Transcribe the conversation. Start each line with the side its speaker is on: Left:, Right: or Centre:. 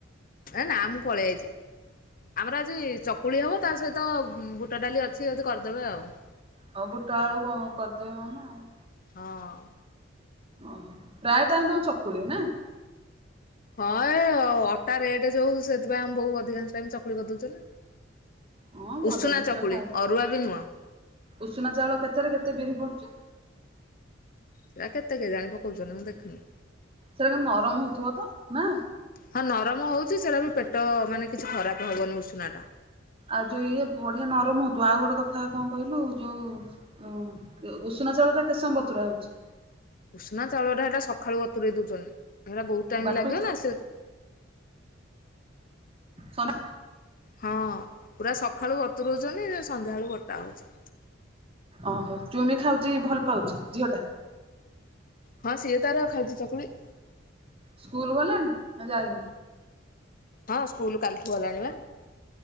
Left: ଏ ନା ମୁଁ ପଳେଆଇଚି। ଆମର ଆଜି ଚକୁଳି ହବ ତା ସହିତ ବୁଟ ଡାଲି ଅଛି ଯଦି କରିଦେବେ ଆଉ‌।
Right: ହଉ ବୁଟ ଆଳୁ କଁ କରିଦେବେ ମାମା ଆଉ।
Left: ହଁ।
Right: ଓହୋ ପ୍ରାୟେ ଟାଇମ ତମ ଚକୁଳି, ନା?
Left: ହଁ ଏ ଅଟା ରେଟ ଯୋଉ ସେଥିପାଇଁ ଆମ ବୋଉ ଅଧିକାଂଶ ଟାଇମ୍ ଚକୁଳି କରିଦୋଉଚନ୍ତି।
Right: ହଁ ଭଲ
Left: ଉଷୁନା
Right: ଦିଦିର
Left: ଚକୁଳି
Right: ଖାଏ।
Left: ଅରୁଆ ବି ନୁଅଁ।
Right: ଉଷୁନା ଚାଉଳ କେତେରେ କେତେ ବିରି ପଡୁଚି?
Left: ସେରା କେତେ କେଇ ଜାଣି ପକୋଉଚନ୍ତି ମୁଁ ଦେଖିନି?
Right: ସେଇଟା ନରମ ହୋଉଥିବ ତ, ନା?
Left: ହଁ ନରମ ହୋଉଛି ସେଟା ବି ପେଟ ମାନେ କିଛି ଖରାପ ହବନି ଉଷୁନା ଟା।
Right: ଆଉ ଯୋଉ ଇଏ ବଢିଆ ନରମ ହୋଉଥୁବ, ଆଉ ଗୋଟେ କଥା କଁ କହିଲୁ ଯୋଉ ଓ ଉଷୁନା ଚଉଳଟା କେତେ ସମୟ ବତୁରା ହେଉଛି?
Left: ଉଷନା ଚାଉଳଟା ସେଟା ସଖାଳୁ ବତୁରେଇ ଦୋଉଛନ୍ତି ସେଟା ବୋହୁତ ଟାଇମ
Right: ବାଟୁଚ
Left: ଲାଗିବ ନା ସେ
Right: ସନ୍ଦା
Left: ହଁ ପୁରା ସଖାଳୁ ବତୁରୋଉଛନ୍ତି ସନ୍ଧ୍ୟାଅଳୁକୁ ବଟା ହୋଉଛି।
Right: ଓହୋ ଚୁନି ଖାଉଛି ଭଲ ପାଉଛି ଝିଅ ଟା?
Left: ହଁ ସିଏ ତାର ଖାଉଚି ଚକୁଳି।
Right: ସ୍କୁଲ ଗଲାଣି ନା ଯାଇନି?
Left: ହଁ ସ୍କୁଲ କାଲିଠୁ ଗଲାଣି ପା।